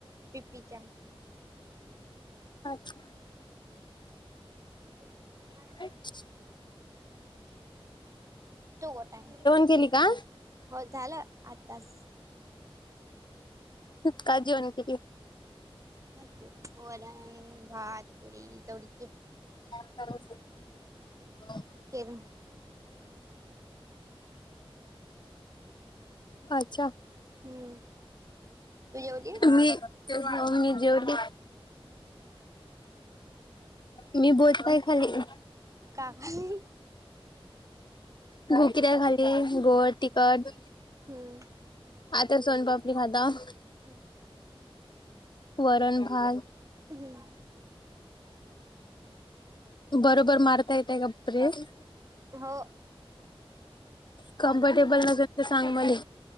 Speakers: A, on the right; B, on the left.
A: पी-पी च्या
B: अच्छा
A: <unintelligible>
B: <unintelligible>
A: तु कुठं हाय जेवण झाल
B: केली का
A: हो झालं आत्ताच
B: काय जेवण केली
A: ऐकीव वरण, भात, पुरी, चवळी
B: <unintelligible>
A: केलो
B: अच्छा
A: हम्म तू जेवली
B: मी हो मी जेवली
A: हम
B: मी बहुत काय खाल्ली
A: का खाल्ली
B: गुघऱ्या खाल्ली गोड-तिखट
A: हम्म
B: आता सोनपापडी खाताव
A: हम्म
B: वरण-भात
A: हम्म
B: बरोबर मारता येतय का प्रेस
A: हो
B: कम्फर्टेबल नसेल तर सांग मले